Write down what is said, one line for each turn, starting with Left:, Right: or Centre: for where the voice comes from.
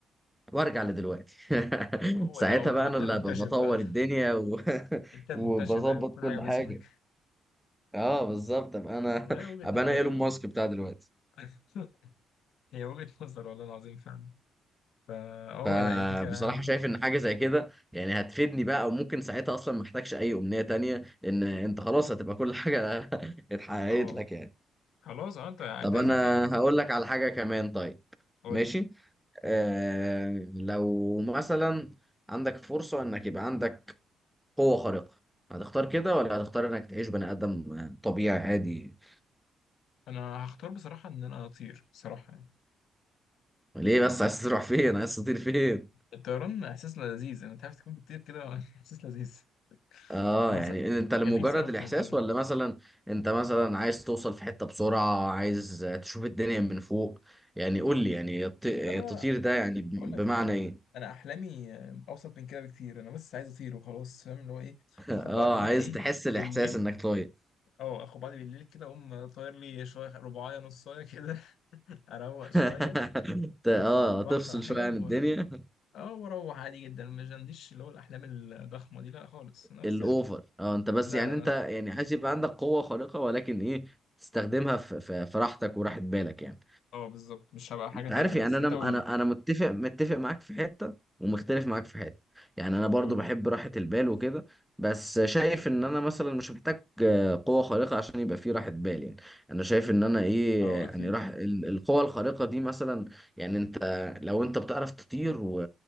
Centre: وأرجع لدلوقتي <laughs>
Left: هو
Centre: ساعتها
Left: ده هو طب
Centre: بقى
Left: انت
Centre: أنا اللي
Left: المكتشف
Centre: هبقى بطور
Left: بقى <laughs>
Centre: الدنيا و... <laughs>
Left: انت المكتشف
Centre: وبظبط
Left: بقى كل
Centre: كل
Left: حاجه باسمك
Centre: حاجة أه بالظبط أبقى أنا
Left: والله
Centre: <laughs>
Left: وجهه
Centre: أبقى
Left: نظر
Centre: أنا إيلون
Left: يعني
Centre: ماسك بتاع دلوقتي
Left: <laughs> هي وجهه نظر والله العظيم فعلا فا اه
Centre: فبصراحة
Left: لا هي فكره حلوه جدا
Centre: شايف ان حاجة زي كده يعني هتفيدني بقى او ممكن ساعتها اصلا ما احتاجش اي امنية تانية لان انت خلاص هتبقى كل حاجة <laughs> اتحققت
Left: اه
Centre: لك يعني
Left: خلاص اه انت انت
Centre: طب
Left: عايز
Centre: انا
Left: ايه تاني يعني
Centre: هقول لك على حاجة كمان طيب
Left: قول
Centre: ماشي
Left: لي.
Centre: آه لو مثلا عندك فرصة انك يبقى عندك قوة خارقة هتختار كده ولا هتختار انك تعيش بني ادم طبيعي عادي
Left: انا هختار بصراحه ان انا اطير بصراحه يعني.
Centre: ليه بس عايز تروح فين عايز تطير فين
Left: الطيران احساس لذيذ انا تعرف تكون بتطير كده <laughs> احساس لذيذ
Centre: اه
Left: انا
Centre: يعني
Left: اصلا
Centre: انت لمجرد
Left: كان نفسي انط
Centre: الاحساس
Left: من طيران
Centre: ولا مثلا انت مثلا عايز توصل في حتة بسرعة عايز تشوف الدنيا من فوق يعني قول لي يعني الط- التطير
Left: انا
Centre: ده يعني ب-
Left: بقول لك
Centre: بمعنى
Left: ايه انا
Centre: ايه
Left: انا احلامي آه، اوسط من كده بكتير انا بس عايز اطير وخلاص فاهم اللي هو ايه
Centre: <laughs> اه
Left: اخد بعضي كده
Centre: عايز
Left: ايه
Centre: تحس الاحساس
Left: بالليل
Centre: انك طاير
Left: اه اخد بعضي بالليل كده اقوم طاير لي شويه رباعيه نصايه كده <laughs> اروق
Centre: <laughs>
Left: شويه
Centre: ت- اه
Left: اطلع على البحر
Centre: تفصل
Left: ولا حاجه
Centre: شوية عن
Left: و...
Centre: الدنيا
Left: اه واروح عادي جدا مش عنديش اللي هو الاحلام الضخمه دي لا خالص انا بس
Centre: الاوفر
Left: عايز
Centre: اه انت بس
Left: لا
Centre: يعني
Left: لا
Centre: انت
Left: لا
Centre: يعني عايز يبقى عندك قوة خارقة ولكن ايه تستخدمها في في- في راحتك وراحة بالك يعني
Left: اه بالظبط مش هبقى حاجه
Centre: انت
Left: تانية
Centre: عارف يعني
Left: بس
Centre: انا
Left: انت قول
Centre: انا
Left: لي
Centre: انا متفق متفق معاك في حته ومختلف معاك في حته يعني انا برضو
Left: قول لي
Centre: بحب راحه البال وكده بس شايف ان انا مثلا مش محتاج آه، قوه خارقه عشان يبقى في راحه بال يعني انا شايف ان انا ايه
Left: اه
Centre: يعني
Left: اكيد
Centre: راح ال- القوه الخارقه دي مثلا يعني انت لو انت بتعرف تطير و...